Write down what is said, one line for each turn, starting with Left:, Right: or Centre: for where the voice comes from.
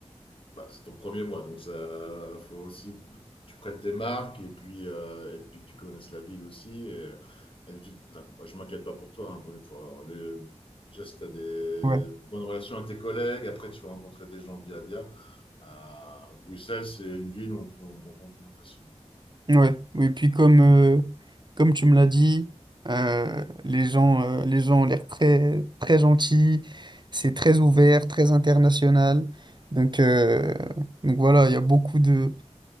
Left: Bah, c'est ton premier mois, donc ça faut aussi que tu prennes tes marques et puis, euh, et puis que tu connaisses la ville aussi. Et, et de toute- enfin, moi, je m'inquiète pas pour toi. hein, pour- faut avoir les- déjà, si tu as des
Right: Ouais.
Left: bonnes relations avec tes collègues, après tu vas rencontrer des gens via via. À Bruxelles, c'est une ville où on, peut, on rencontre du monde facilement.
Right: Ouais. Oui, puis comme, euh, comme tu me l'as dit, euh, les gens, euh, les gens ont l'air très, très gentils, c'est très ouvert, très international. Donc, euh, donc voilà, il y a beaucoup de,